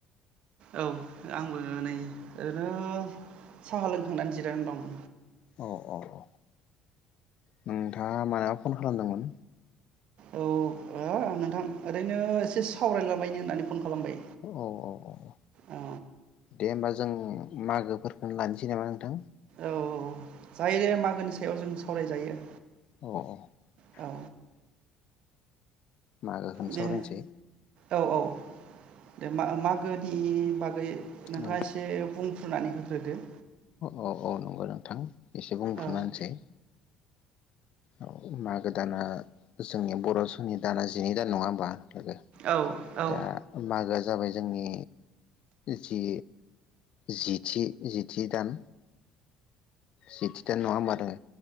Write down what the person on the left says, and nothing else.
अ अ औ नोंथाङा मानो फन खालामदोंमोन?
औ औ औ
दे होमबा जों मागोफोरखौनो लानोसै नामा नोंथां?
औ
मागोखौनो
सावरायनोसै।
औ
औ औ नंगौ नोंथां। एसे बुंफ्रुनानै
होनोसै। औ मागो दाना जोंनि बर' समनि दाना जिनै दान नङा होमबा? लोगो
दा मागोआ जाबाय जोंनि जि जिथि जिथि दान जिथिथा नङा होनबा